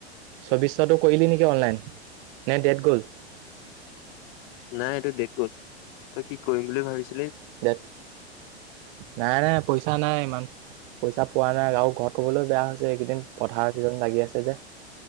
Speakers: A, on the right; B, on the left.
A: চৌবিছটাটো কৰিলি নেকি অনলাইন নে ডেট গ'ল
B: নাই এইটো দেট গ'ল তই কি কৰিম বুলি ভাবিছ?
A: দে নাই নাই পইচা নাই ইমান পইচা পোৱা নাই আৰু ঘৰত কবলৈ বেয়া হৈছে এইকেইদিন পথাৰ চিজন লাগি আছে যে